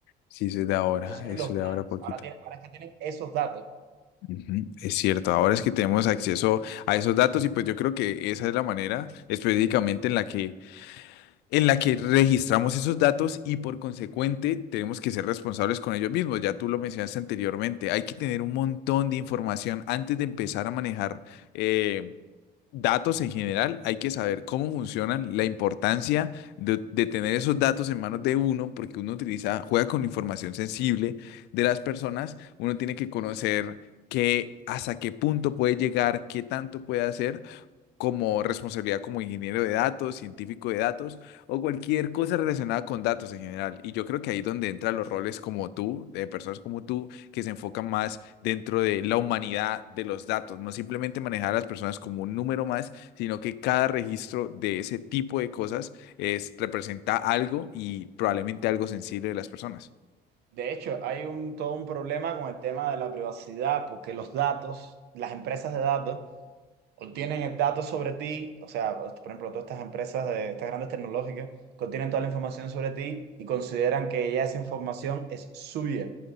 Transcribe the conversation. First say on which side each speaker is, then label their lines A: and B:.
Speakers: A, on the left; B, on the right.
A: Sí, eso es de ahora,
B: Esos son
A: eso
B: los
A: es de
B: datos.
A: ahora poquito.
B: Ahora, tiene- ahora es que tienen esos datos.
A: Ujú. Es cierto, ahora es que tenemos acceso a esos datos y pues yo creo que esa es la manera específicamente en la que, en la que registramos esos datos y por consecuente tenemos que ser responsables con ellos mismos. Ya tú lo mencionaste anteriormente, hay que tener un montón de información antes de empezar a manejar eh, datos en general, hay que saber cómo funcionan, la importancia de, de tener esos datos en manos de uno, porque uno utiliza, juega con información sensible de las personas, uno tiene que conocer que hasta qué punto puede llegar, qué tanto puede hacer como responsabilidad como ingeniero de datos, científico de datos o cualquier cosa relacionada con datos en general. Y yo creo que ahí es donde entran los roles como tú, de personas como tú, que se enfocan más dentro de la humanidad de los datos, no simplemente manejar a las personas como un número más, sino que cada registro de ese tipo de cosas es, representa algo y probablemente algo sensible de las personas.
B: De hecho, hay un, todo un problema con el tema de la privacidad, porque los datos, las empresas de datos, obtienen el dato sobre ti, o sea, por ejemplo, todas estas empresas de estas grandes tecnológicas que obtienen toda la información sobre ti y consideran que ya esa información es suya.